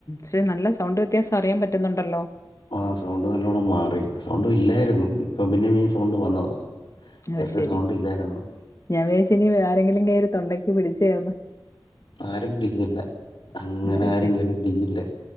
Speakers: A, on the left; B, on the left.
A: ശരി നല്ല സൗണ്ട് വ്യത്യാസം അറിയാൻ പറ്റുന്നുണ്ടല്ലോ
B: ആ സൗണ്ട് നല്ലോണം മാറി സൗണ്ട് ഇല്ലായിരുന്നു ഇപ്പ പിന്നിം ഈ സൗണ്ട് വന്നതാ
A: അത്
B: നേരത്തെ
A: ശെരി
B: സൗണ്ട് ഇല്ലായിരുന്നു
A: ഞാൻ വിയാച്ച് ഇനി വേറെങ്കിലും ങ്ങേരി തൊണ്ടക്ക് പിടിച്ചയാന്ന്
B: ആരും <unintelligible> അങ്ങനെ
A: അത്
B: ആരും
A: ശരി.
B: കേറി പിടിക്കില്ല